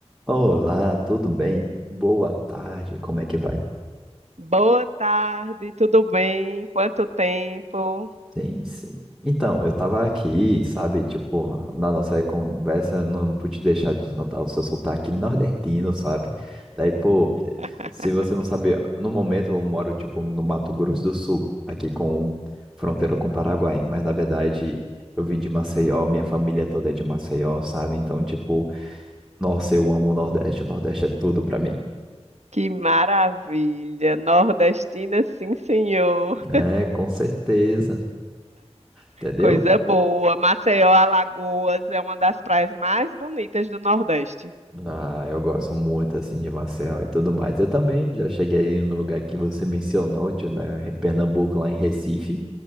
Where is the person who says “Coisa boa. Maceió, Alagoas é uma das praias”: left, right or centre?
Right